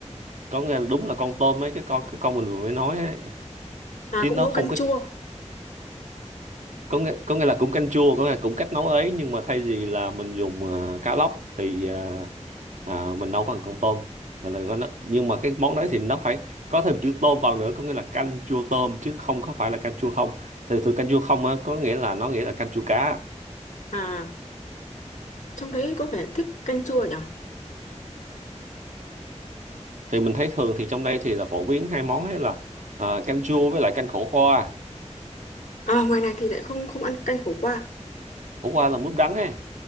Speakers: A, on the right (about 80°); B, on the left (about 80°).
A: có nghĩa là đúng là con tôm ấy cái con cái con mình vừa mới nói ấy
B: à
A: chứ
B: cũng
A: nó
B: nấu
A: không
B: canh
A: có
B: chua
A: có nghĩa, có nghĩa là cũng canh chua có nghĩa là cũng cách nấu ấy nhưng mà thay vì là mình dùng à, cá lóc thì à, à, mình nấu bằng con tôm thì là nó, nhưng mà cái món đấy thì nó phải có thêm chữ tôm vào nữa có nghĩa là canh chua tôm chứ không có phải là canh chua không thì từ canh chua không á có nghĩa là nó nghĩa là canh chua cá
B: à trong đấy có vẻ thích canh chua nhỉ
A: thì mình thấy thường thì trong đây thì là phổ biến hai món ấy là à, canh chua với lại canh khổ qua
B: À, ngoài này thì lại không không ăn canh khổ qua.
A: khổ qua là mướp đắng ấy